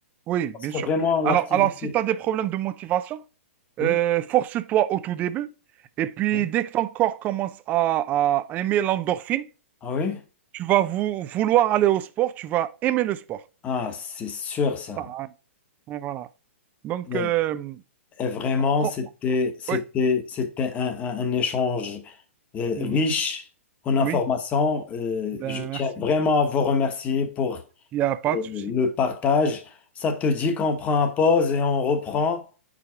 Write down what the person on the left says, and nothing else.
Parce que
vraiment l'activité.
Oui,
oui.
Ah oui?
Ah, c'est sûr ça.
Et,
et vraiment,
c'était, c'était,
c'était un un- un échange. euh,
riche en informations.
Euh,
je
tiens vraiment à vous remercier pour
euh,
le partage. Ça te dit qu'on prend une pause et on reprend?